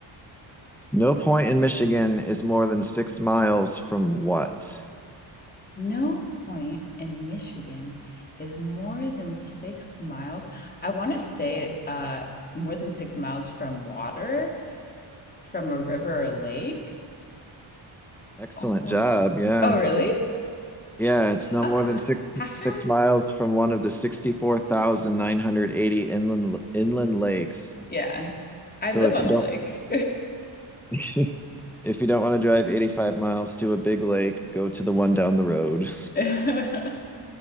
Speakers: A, in the centre; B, on the left.
A: No point in Michigan is more than six miles from what?
B: No point in Michigan is more than six miles. I want to say uh more than six miles from water, from a river or lake.
A: Excellent
B: Oh,
A: job. Yeah.
B: oh, really?
A: Yeah, it's
B: Ah,
A: no more than six
B: haha.
A: six miles from one of the 64,980 inland inland lakes.
B: Yeah. I
A: So
B: live
A: if
B: on
A: you don't
B: a lake.
A: <laughs> if you don't want to drive 85 miles to a big lake, go to the one down the road.
B: <laughs>